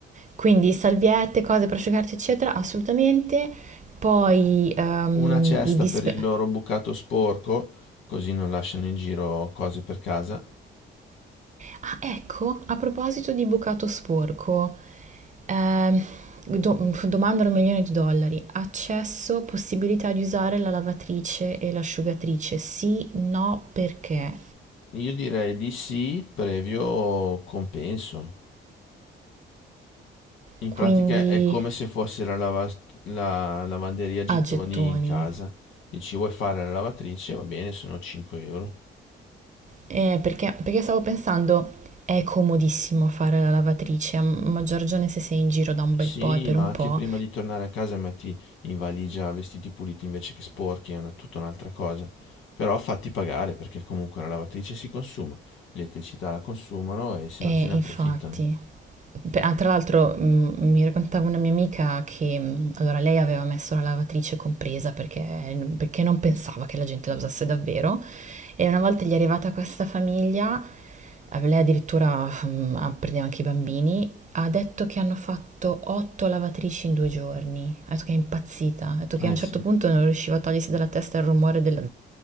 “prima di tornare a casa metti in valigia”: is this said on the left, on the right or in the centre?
Left